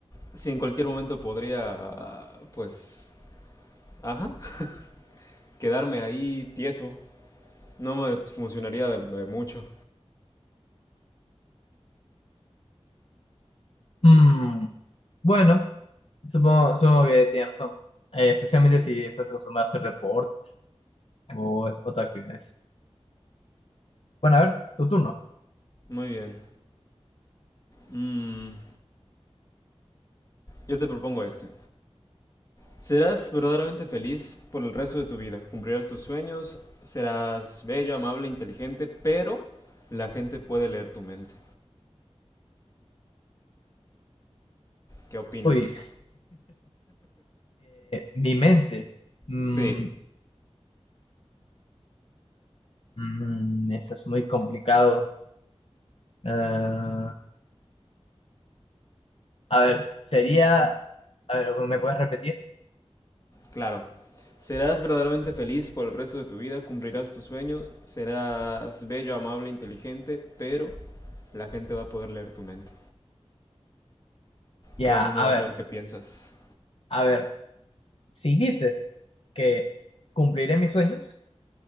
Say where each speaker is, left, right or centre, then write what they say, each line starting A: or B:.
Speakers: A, on the left (about 30°); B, on the left (about 55°).
A: si en cualquier momento podría, pues, ajá, <laughs> quedarme ahí tieso. No me funcionaría de, de mucho.
B: Mm, bueno, supongo, supongo que tienes razón. Eh, especialmente si estás acostumbrado a hacer deporte o es otra actividad. Bueno, a ver, tu turno.
A: Muy bien. Mm, yo te propongo este. Serás verdaderamente feliz por el resto de tu vida. Cumplirás tus sueños, serás bello, amable, inteligente, pero la gente puede leer tu mente. ¿Qué opinas?
B: Uy, mi mente. Mm,
A: Sí,
B: mm, eso es muy complicado. Ah, a ver, sería, a ver, ¿me puedes repetir?
A: claro. Serás verdaderamente feliz por el resto de tu vida, cumplirás tus sueños, serás bello, amable, inteligente, pero la gente va a poder leer tu mente.
B: Ya,
A: Todo el mundo
B: a
A: va
B: ver,
A: a saber qué piensas.
B: a ver, si dices que cumpliré mis sueños,